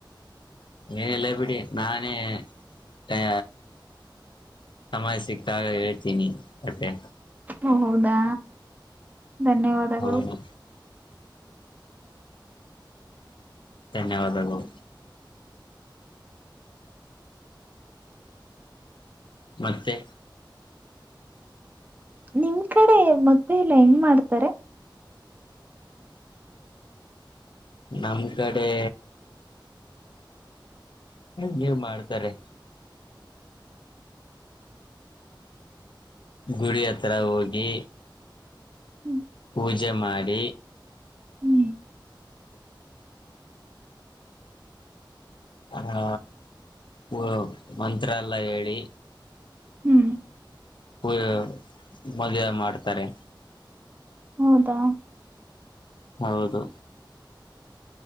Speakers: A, on the left; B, on the right.
A: ಏನೆಲ್ಲ ಬಿಡಿ ನಾನೇ ಆ ಸಮಯ ಸಿಕ್ತಾಗ ಹೇಳ್ತೀನಿ ಅತೆ
B: ಓ ಹೌದಾ ಧನ್ಯವಾದಗಳು
A: ಹೌದು ಧನ್ಯವಾದಗಳು. ಮತ್ತೆ.
B: ನಿಮ್ ಕಡೆ ಮದ್ವೆ ಇಲ್ಲ ಹೆಂಗ ಮಾಡ್ತಾರೆ.
A: ನಮ್ ಕಡೆ ಹೇ ಮಾಡ್ತಾರೆ ಗುಡಿ ಹತ್ರರ ಹೋಗಿ.
B: ಹ್ಮ್.
A: ಪೂಜೆ ಮಾಡಿ.
B: ಹ್ಮ್
A: ಹ. ಹ ಮಂತ್ರ ಎಲ್ಲ ಹೇಳಿ
B: ಹ್ಮ್
A: ಹ ಮಜಾ ಮಾಡ್ತಾರೆ
B: ಹೌದಾ
A: ಹೌದು.